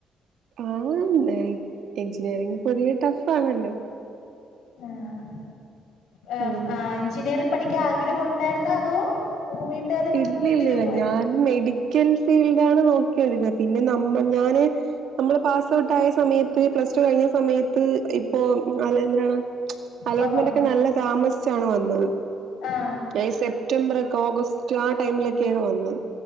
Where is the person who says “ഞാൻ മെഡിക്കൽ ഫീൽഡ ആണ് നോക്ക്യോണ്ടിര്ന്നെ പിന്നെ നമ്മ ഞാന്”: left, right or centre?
Right